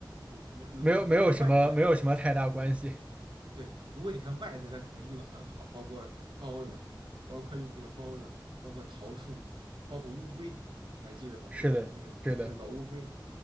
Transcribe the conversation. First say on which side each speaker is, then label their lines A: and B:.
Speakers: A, on the right; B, on the right.
A: 我那如果你他外在
B: 没有，没有什么，没有什么太大关系。
A: 对，如果你看外在，它肯定用的很好，包括包子，包括用这个包子，包括桃树，包括乌龟，你还记得吗？
B: 是的，
A: 那个那个那个老乌龟，
B: 是的，